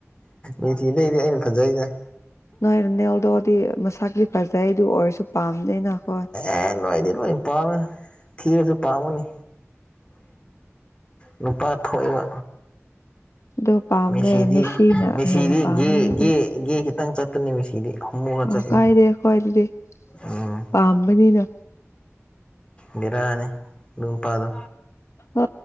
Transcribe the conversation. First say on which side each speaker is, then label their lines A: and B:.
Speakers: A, on the left; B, on the left.
A: ꯃꯦꯁꯤꯗꯩꯗꯤ ꯑꯩꯅ‌‌ ꯐꯖꯩꯗ
B: ꯅꯣꯏ ꯅꯜꯗꯣꯗꯤ ꯃꯁꯛꯇꯤ ꯐꯖꯩ ꯑꯗꯨ ꯑꯣꯏꯔꯁꯨ ꯄꯥꯝꯗꯅꯈꯣꯏ
A: ꯑꯦ ꯅꯣꯏꯗꯤ ꯂꯣꯏꯅ ꯄꯥꯝꯃꯦ ꯊꯤꯔꯁꯨ ꯄꯥꯝꯃꯅꯤ ꯅꯨꯄꯥ ꯊꯣꯛ‌ꯑ‌ꯦꯕ
B: ꯑꯗꯨ ꯄꯥꯝꯗꯦ
A: ꯃꯦꯁꯤꯗꯤ
B: ꯃꯦꯁꯤꯅ
A: ꯃꯦꯁꯤꯗꯤꯒꯦ
B: ꯍꯦꯟꯅ ꯄꯥꯝꯃꯦ ꯑꯩꯗꯤ
A: ꯒꯦ ꯈꯤꯇꯪ ꯆꯠꯇꯅꯦ ꯃꯦꯁꯤꯗꯤ ꯍꯣꯃꯣ ꯈꯔ
B: ꯑꯥ
A: ꯆꯠꯄꯅꯤ
B: ꯀꯥꯏꯔꯦ ꯈ‌ꯣꯏꯗꯗꯤ
A: ꯎꯝ
B: ꯄꯥꯝꯕꯅꯤꯅ
A: ꯕꯤꯔꯥꯅꯤ ꯑꯗꯨꯅꯨꯄꯥꯥꯗꯣ
B: ꯑ